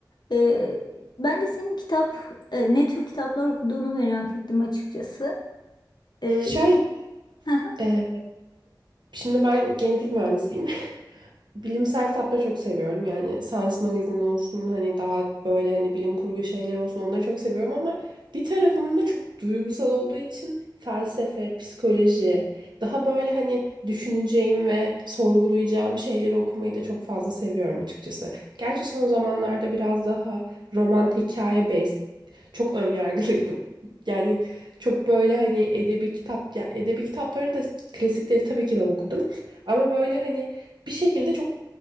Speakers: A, on the left; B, on the right.
A: E, ben de senin kitap, e, ne tür kitaplar okuduğunu merak ettim açıkçası. E,
B: <laughs> Şöyle
A: <laughs>
B: Ee, şimdi ben genetik mühendisiyim bilimsel kitapları çok seviyorum. Yani Science Magazine olsun hani daha böyle hani bilim kurgu şeyler olsun onları çok seviyorum ama bir tarafım da çok duygusal olduğu için felsefe, psikoloji, daha böyle hani düşüneceğim ve sorgulayacağım şeyleri okumayı da çok fazla seviyorum açıkçası. Gerçi son zamanlarda biraz daha roman hikaye based çok önyargılıydım. <laughs> Yani çok böyle hani edebi kitap ya edebi kitaplarını da klasikleri tabii ki de okudum. Ama böyle hani bir şekilde çok